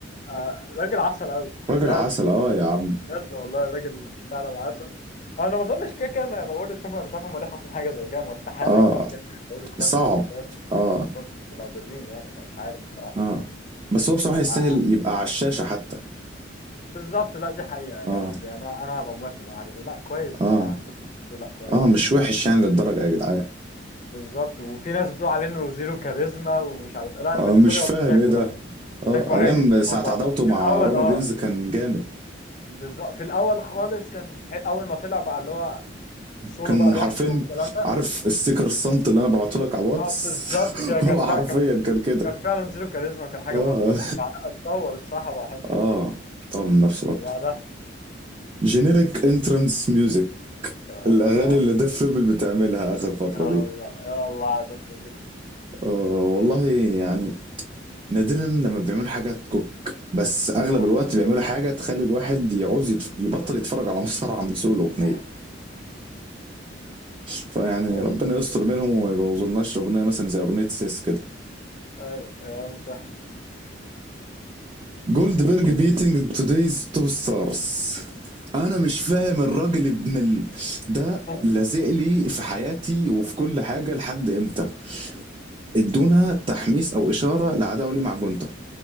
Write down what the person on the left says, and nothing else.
آه راجل عسل قوي
بجد
بجد والله راجل فعلا عسل انا ما اظنش كده كده انا بقول تشامبيون مش عارف هم ليه حاطين حاجه زي كده مستحيل
يا جدعان كده كده بقول تشامبيون
اساس
وسط اللي موجودين يعني فمش عارف الصراحه
مع-
بالظبط لا دي حقيقه انا
ب- انا انا هبقى موافق على حاجه زي لا كويس
صح لا كويس
يعني.
بالظبط وفي ناس بتقول عليه انه زيرو كاريزما ومش عارف إيه. لا انا
بالنسبه
لي
والله شايفه
لا
شايفه عالي
في الموضوع
ده
في الاول
اه
بالظبط في الاول خالص كان ح- اول ما طلع بقى اللي هو سولو
بقى لوحده
والكلام ده
اه بالظبط
كده كان
لا كان
كان فعلا زيرو كاريزما وكان حاجه
مضحك بس بعدها اتطور الصراحه بقى حلو
وبعدها
يا
الله
يا
الله يا الله على ده الفيلم
ده
حقيقي.
<laughs>
ماشي
ايوه يا مسهل
<laughs>